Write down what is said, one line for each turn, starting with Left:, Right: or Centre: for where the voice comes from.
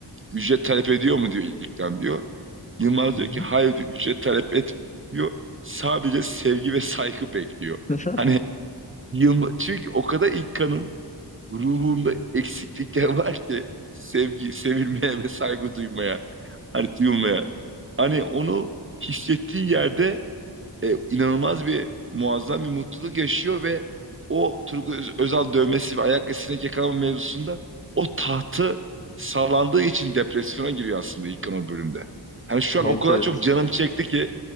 Right: ücret talep ediyor mu diyor İlkan diyor. Yılmaz
Left: Hı
Right: diyor ki hayır diyor ücret talep etmiyor. Sadece sevgi ve saygı bekliyor.
Left: hı. <laughs>
Right: Hani Yılmaz, çünkü o kadar İlkan'ın ruhunda eksiklikler var ki sevgi, sevilmeye ve saygı duymaya, hani duyulmaya. Hani onu hissettiği yerde e, inanılmaz bir muazzam bir mutluluk yaşıyor ve o Turgut Öz- Özal dövmesi ve ayak sinek yakalama mevzusunda o tahtı sallandığı için depresyona giriyor aslında İlkan o bölümde. Hani şu
Left: Evet,
Right: an o kadar
Left: evet.
Right: çok canım çekti ki